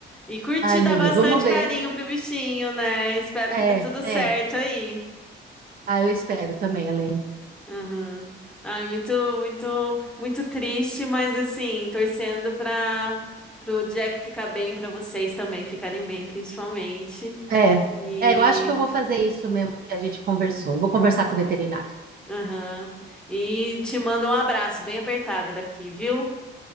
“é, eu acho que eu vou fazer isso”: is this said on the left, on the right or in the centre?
Right